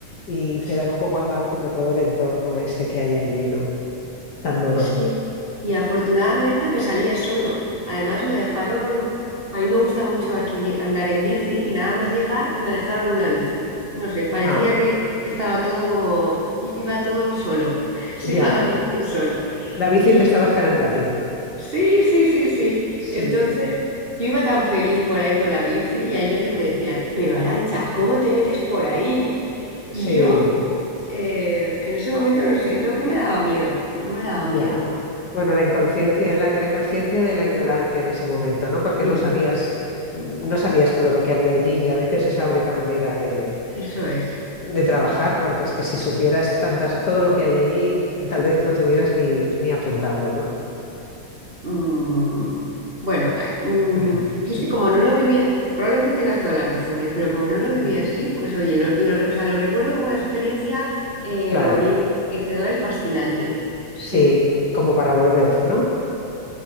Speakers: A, on the left; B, on the right.
A: y
B: sí.
A: quedar un poco al margen de todo el entorno este que hay allí, ¿no? Tan duro.
B: Sí, y afortunadamente me salía solo. Además me dejaron, a mí me gusta mucho aquí andar en bici y nada más llegar me dejaron una bici. No sé, parecía
A: Ah,
B: que estaba todo como, i- iba todo solo, <laughs> se
A: ya,
B: iba dando todo solo.
A: la bici
B: Y
A: te estaba esperando a ti.
B: sí, sí, sí, sí.
A: Sí,
B: Entonces yo iba tan feliz por ahí con la bici y hay veces me decían, pero Arancha, ¿cómo te metes por ahí? Y
A: sí.
B: yo eh, en ese momento no sé, no, no me daba miedo, no me daba
A: Ya.
B: miedo.
A: Bueno, la inconsciencia, la, la inconsciencia de la ignorancia en ese momento, ¿no? Porque
B: Sí,
A: no sabías, mm, no sabías todo lo que había allí y a veces es la única manera de,
B: Eso es.
A: de trabajar, porque es que si supieras tantas, todo lo que hay allí, tal vez no te hubieras ni, ni apuntado, ¿no?
B: Mm, bueno, ay, mm,
A: <laughs>
B: yo
A: Sí.
B: es que como no lo vivía, probablemente tengas toda la razón, ¿eh? Pero como no lo vivía
A: Mm,
B: así, pues oye, lo, lo re- o sea, lo recuerdo como una experiencia eh,
A: Claro,
B: bonita, enriquecedora y fascinante. Sí.
A: sí, como para volver, ¿no?